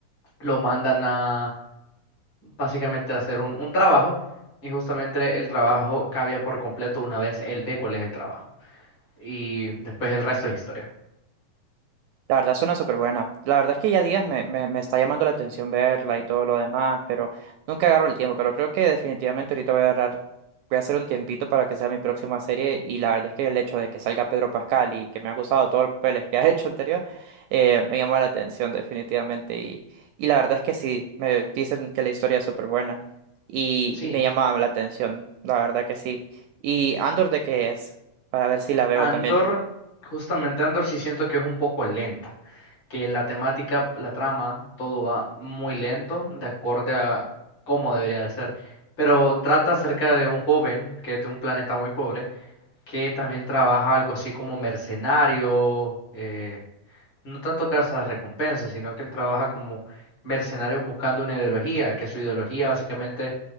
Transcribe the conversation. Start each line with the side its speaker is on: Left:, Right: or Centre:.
Left: lo mandan a básicamente a hacer un, un trabajo y justamente el trabajo cambia por completo una vez él ve cuál es el trabajo. Y después el resto es historia.
Right: La verdad suena súper buena. La verdad es que ya días me, me, me está llamando la atención verla y todo lo demás, pero nunca agarro el tiempo. Pero creo que definitivamente ahorita voy a agarrar, voy a hacer un tiempito para que sea mi próxima serie. Y la verdad es que el hecho de que salga Pedro Pascal y que me han gustado todos los papeles que <laughs> ha hecho anterior, eh, me llamó la atención definitivamente. Y, y la verdad es que sí, me dicen que la historia es súper buena y,
Left: Sí,
Right: y me llama la atención, la verdad que sí. ¿Y Andor de qué es? Para ver si la veo
Left: Andor,
Right: también.
Left: justamente Andor sí siento que es un poco lenta, que la temática, la trama, todo va muy lento, de acorde a cómo debería de ser. Pero trata acerca de un joven que es de un planeta muy pobre, que también trabaja algo así como mercenario, eh, no tanto cazas recompensas, sino que él trabaja como mercenario buscando una ideología, que su ideología básicamente,